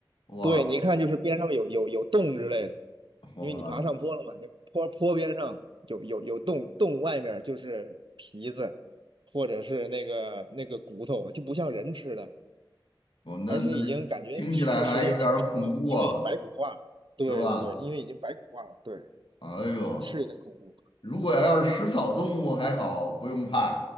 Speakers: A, on the left; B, on the right.
A: 哇
B: 对，你一看就是边上有有有洞之类的，
A: 哇，
B: 因为你爬上坡了嘛，那坡坡边上有有有洞，洞外面就是皮子或者是那个那个骨头，就不像人吃的。
A: 哦，那那那听起来还有点儿恐怖啊，
B: 而且已经感觉吃的时间挺长了，因为白骨化了。对对对，
A: 是吧？
B: 因为已经白骨化了，对，
A: 哎呦，
B: 是有点恐怖。
A: 如果要是食草动物还好，不用怕；